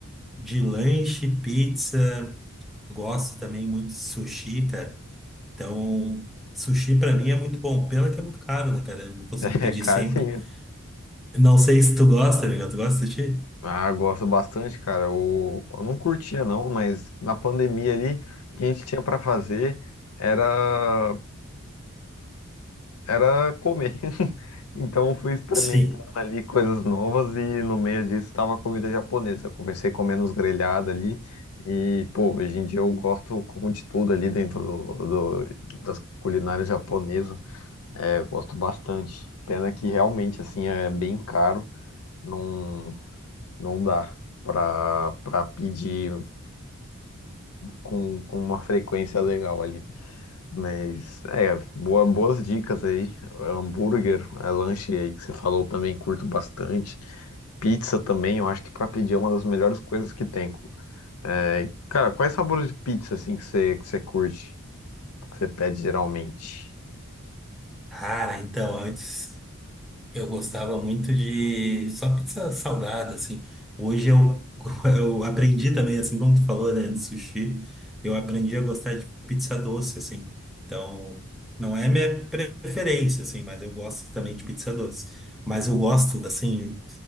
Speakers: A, in the centre; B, on the left (about 80°).
A: de lanche, pizza, gosto também muito de sushi, cara. Então, sushi pra mim é muito bom. Pena que é muito caro, né, cara? Eu não consigo
B: <laughs>
A: pedir
B: é carinho.
A: sempre. Não sei se tu gosta, amigo. Tu gosta de sushi?
B: Ah, gosto bastante, cara. Eu, eu não curtia não, mas na pandemia ali, o que a gente tinha pra fazer era era comer. <laughs> Então eu fui experimentando
A: Sim.
B: ali coisas novas e no meio disso estava comida japonesa. Eu comecei comendo os grelhados ali e, pô, hoje em dia eu gosto como de tudo ali dentro do, do- das culinárias japonesas. É, eu gosto bastante. Pena que realmente assim é bem caro, não não dá. Pra, para pedir com, com uma frequência legal ali. Mas é, boa, boas dicas aí. Hambúrguer, é, lanche aí que você falou também, curto bastante. Pizza também, eu acho que para pedir é uma das melhores coisas que tem. É, cara, quais sabores de pizza assim que você, que você curte, que você pede geralmente?
A: Cara, então, antes. Eu gostava muito de só pizza salgada, assim. Hoje eu, <laughs> eu aprendi também, assim como tu falou, né, de sushi, eu aprendi a gostar de pizza doce, assim. Então, não é minha preferência, assim, mas eu gosto também de pizza doce. Mas eu gosto, assim,